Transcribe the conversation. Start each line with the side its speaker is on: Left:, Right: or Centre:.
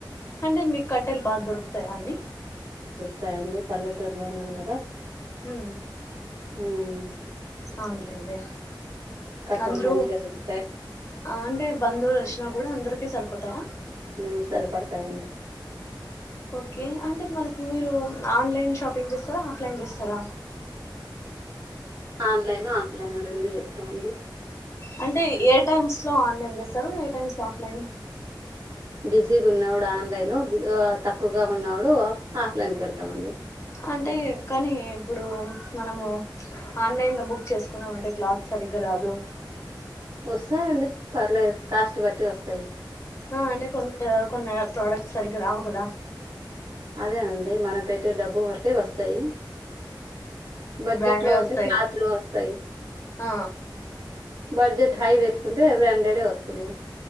Left: అంటే మీకు కట్టెలు బాగా దొరుకుతాయా అన్నీ
Right: తాయండి పల్లెటూరులో ఉన్నాం కదా
Left: మ్మ్
Right: ఉమ్
Left: అవును లెండి
Right: కట్టెలు
Left: అంద్రూ
Right: మంచిగా దొరుకుతాయి
Left: అంటే బంధువులు వచ్చినపు కూడా అందరికీ సరిపోతాయా
Right: ఉమ్మ్ సరిపడాతాయండి
Left: ఓకే అంటే మరి ఇప్పుడు మీరు ఆన్లైన్ షాపింగ్ చేస్తారా ఆఫ్లైన్ చేస్తారా
Right: ఆన్లైన్ ఆఫ్లైన్ రెండు చేస్తామండి
Left: అంటే ఏ టైమ్స్ లో ఆన్లైన్ చేస్తారు ఏ టైమ్స్ లో ఆఫ్లైన్
Right: బిజీగా ఉన్నా అప్పుడు ఆన్లైన్ ఆ తక్కువగా ఉన్నప్పుడు ఆఫ్లైన్ కి వెళ్తమండి
Left: అంటే కానీ ఇప్పుడు మనము ఆన్లైన్ లో బుక్ చేసుకున్నామంటే క్లాత్ సరిగ్గా రాదు
Right: వస్తాయండి పర్లేదు కాస్ట్ బట్టి వస్తాయి
Left: ఆ అంటే కొంతు కొన్ని ప్రోడక్ట్స్ సరిగ్గా రావు కదా
Right: అదేనండి మనం పెట్టే డబ్బు బట్టి వస్తాయి బడ్జెట్
Left: బ్రాండ్వే
Right: లో ఉంటే
Left: వస్తాయి
Right: క్లాత్ లో వస్తాయి
Left: ఆ
Right: బడ్జెట్ హై పెట్టుకుంటే బ్రాండ్ డే వస్తది